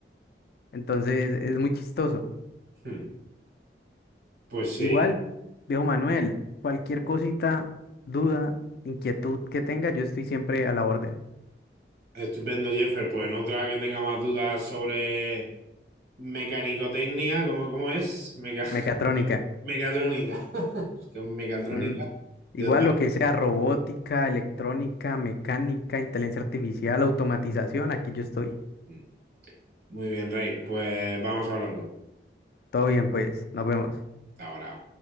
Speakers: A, on the left; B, on the right.
A: Entonces es muy chistoso.
B: mm. Pues sí,
A: Igual, viejo Manuel, cualquier cosita, duda, inquietud que tenga, yo estoy siempre a la orden.
B: estupendo, Jeffer. Pues en otra que tenga más dudas sobre mecanicotecnia, ¿cómo, cómo es? Meca- <laughs>
A: Mecatrónica.
B: mecatrónica. <laughs> Con mecatrónica.
A: ujú. Igual
B: yo también.
A: lo que sea robótica, electrónica, mecánica, inteligencia artificial, automatización, aquí yo estoy.
B: Mm, Muy bien, Rey. Pues vamos hablando.
A: Todo bien, pues, nos vemos.
B: Hasta ahora.